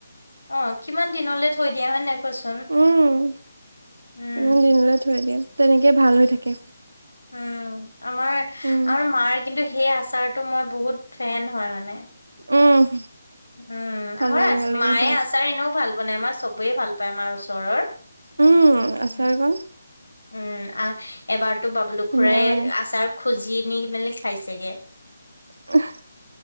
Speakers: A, on the left (about 85°); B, on the right (about 75°).
A: অ, কিমান দিনলে থৈ দিয়ে হয় নে নাই? কোৱাচোন
B: উম,
A: উম
B: ইমান দিনলৈ থৈ দিয়ে তেনেকে ভাল হৈ থাকে।
A: উম, আমাৰ -আমাৰ
B: উম
A: মাৰ কিন্তু সেই আচাৰতটো মই বহুত ফ্ৰেন হয় মানে।
B: উম,
A: উম,
B: ভাল
A: আমাৰ
B: লাগে ভাল লাগে
A: মায়ে
B: এইটো
A: আচাৰ এনেও ভাল বনাই আমাৰ চবেই ভাল পায় আমাৰ ওচৰৰ।
B: উম আচাৰ
A: উম
B: কন
A: -উম এবাৰতো বাবলু
B: ধুনীয়া
A: খুৰাই
B: বনাই
A: আচাৰ খুজি নি মেলি খাইছেগে।
B: <unintelligible>